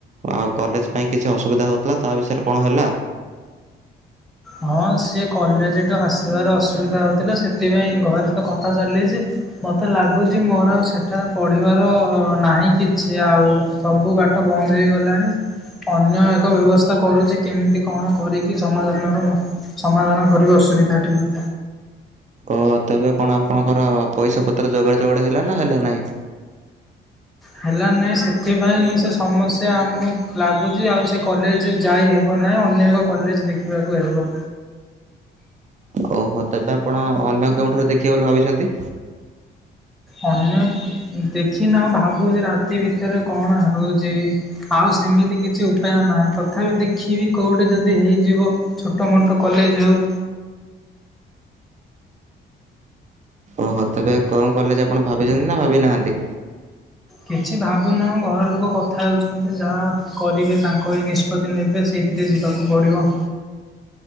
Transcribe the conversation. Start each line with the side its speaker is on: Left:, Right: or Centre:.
Right: ଆଉ କଲେଜ ପାଇଁ କିଛି ଅସୁବିଧା ହେଉଥିଲା ତା ବିଷୟରେ କଣ୍ ହେଲା?
Centre: ହଁ ସିଏ କଲେଜଠୁ ଆସିବାର ଅସୁବିଧା ହେଉଥିଲା ସେଥିପାଇଁ ଘରେ ତ କଥା ଚାଲିଛି ମତେ ଲାଗୁଛି ମୋର ଆଉ ସେଠ ଏଠାରେ ପଢ଼ିବାର ନାହିଁ କିଛି ଆଉ ସବୁ ବାଟ ବନ୍ଦ ହୋଇଇଗଲାଣି। ଅନ୍ୟ ଏକ ବ୍ୟବସ୍ଥା କରୁଛି। କେମିତି କଣ୍ କରିକି ସମାଧାନର ସମାଧାନ କରିବି ଅସୁବିଧାଟିକୁ।
Right: ଓହୋ ତେବେ କଣ୍ ଆପଣଙ୍କର ପଇସା ପତ୍ର ଯୋଗାଡ଼ ଜୋଗାଡ଼ ହେଲା ନା ହେଲା ନାହିଁ?
Centre: ହେଲା ନାହିଁ ସେଥିପାଇଁ ସେ ସମସ୍ୟା ଆମକୁ ଲାଗୁଛି ଆଉ ସେ କଲେଜ ଯାଇ ହେ ହେ ନାହିଁ ଅନ୍ୟ ଏକ କଲେଜ ଦେଖିବାକୁ ହେବ।
Right: ଓହୋ ତେବେ ଆପଣ ଅନ୍ୟ କେଉଁଠାରୁ ଦେଖିବେ ବୋଲି ଭାବିଛନ୍ତି?
Centre: ଅନ୍ୟ ଦେଖିନା ଭାବୁ ଯେ ରା ଏତି ଭିତରେ କଣ ହେଉଛି ଆଉ ସେମିତି କିଛି ପାୟ ନାହିଁ ତଥାପି ଦେଖିବି କେଉଁଠି ଯଦି ହେଇଯିବ ଛୋଟ ମୋଟ କଲେଜ ହେଉ
Right: ଓହୋ ତେବେ କଣ କଲେଯେ ଆପଣ ଭାବିଛନ୍ତି ନା ଭାବି ନାହାନ୍ତି?
Centre: କିଛି ଭାବୁନାହୁଁ ଘର ଲୋକ କଥା ହେଉଛନ୍ତି ଯାହା କରିବେ ତାଙ୍କ ଏ ନିଷ୍ପତ୍ତି ନେବେ। ସେଇଥିରେ ଯିବାକୁ ପଡ଼ିବ।